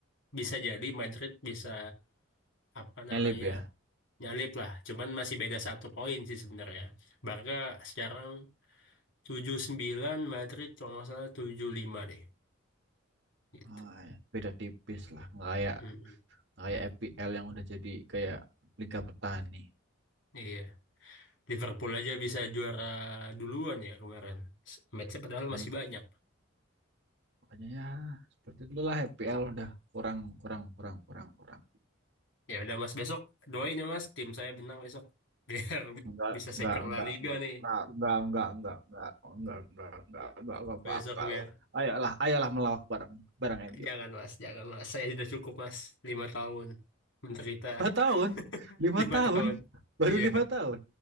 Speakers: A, on the left; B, on the right.
A: bisa jadi Madrid bisa apa namanya
B: nyelip ya.
A: nyalip lah. Cuman masih beda satu poin sih sebenarnya. Barca sekarang tujuh sembilan Madrid kalau nggak salah 75 deh. Gitu.
B: Ah, ya. beda tipis lah nggak kayak
A: Mm-mm.
B: nggak kayak EPL yang udah jadi kayak Liga Petani.
A: Iya. Liverpool aja bisa juara duluan ya kemarin. S- Matchnya padahal
B: Nah,
A: masih
B: ya.
A: banyak.
B: Makanya ya seperti dulu lah FPL udah kurang kurang kurang kurang kurang.
A: Ya udah Mas besok doain ya Mas tim saya menang besok <laughs> biar
B: Enggak
A: bisa
B: enggak
A: secure
B: enggak
A: La Liga
B: enggak
A: nih
B: enggak enggak enggak enggak enggak enggak enggak enggak enggak enggak
A: besok
B: bakal.
A: biar.
B: Ayolah ayolah melawak bareng bareng MU.
A: Jangan mas, jangan mas. Saya sudah cukup mas. Lima tahun menderita.
B: Lima tahun
A: <laughs>
B: lima
A: Lima
B: tahun
A: tahun.
B: baru
A: Iya,
B: lima tahun